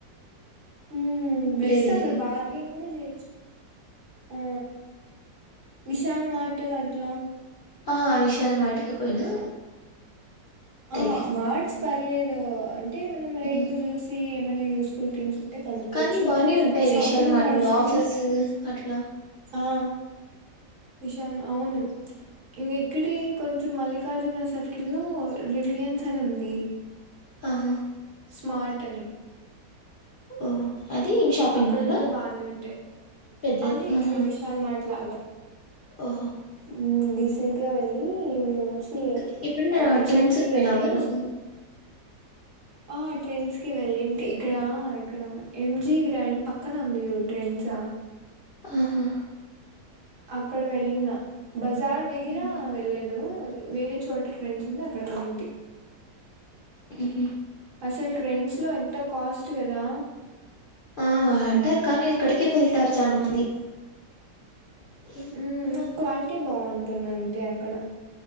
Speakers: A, on the right; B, on the left.
A: మ్మ్ బెస్ట్
B: లేదులే
A: అక్కడ బార్గెన్ కూడా చేయొచ్చు ఆ విశల్ మాట అట్లా
B: ఆ విశాలు వాటికి పోయినా అంతేలే
A: ఆ మ్యాక్స్ బర్లేరు అంటే మనం రేటు
B: ఉమ్,
A: చూసి ఏమన్నా యూస్ఫుల్ థింగ్స్ కూడా కొనుక్కోచ్చు
B: కానీ బానే ఉంటాయి
A: షాపింగ్
B: విశాల్ మార్ట్
A: మాల్స్ లో
B: ఆఫర్స్ అట్లా
A: ఆ విశాల్ అవును ఇక్కడే కొంచెం మల్లికార్జున సర్కిల్ లో రిలియన్స్ అని ఉంది
B: ఆహా
A: స్మార్ట్ అని
B: ఓహో అది షాపింగ్
A: అక్కడ
B: మాల్
A: కూడా బానే ఉంటాయి
B: పెద్దది
A: అది ఇట్లే
B: ఆహా
A: విశాల్ మాట్ లాగా
B: ఓహో
A: మ్మ్ రీసెంట్గా వెళ్ళి మేము వచ్చి
B: ఇంకా ఎప్పుడైనా
A: ఆ
B: ట్రెండ్స్
A: చట్నీలు
B: కి పోయినావా
A: అంటా ఇన్
B: నువ్వు
A: ఆ ట్రైన్స్కి వెళ్ళింటి ఇక్కడ ఇక్కడ ఎం జి గ్రాండ్ పక్కన ఉంది చూడు ట్రెండ్స్
B: ఆహా
A: అక్కడ వెళ్ళిన్న బజార్ దగ్గర
B: మ్మ్
A: వెళ్లేదు. వేరే చోట్ ఫ్రెండ్స్ ఉందా. కడి వెల్లింటి,
B: హ్మ్
A: అసల్ ట్రెండ్స్ లో ఎంత కాస్ట్ కదా.
B: ఆ అంటారు కానీ అక్కడికే వెళ్తారు, చానా మంది ఏమో
A: ఉ క్వాలిటీ బావుంటు అంటే అక్కడ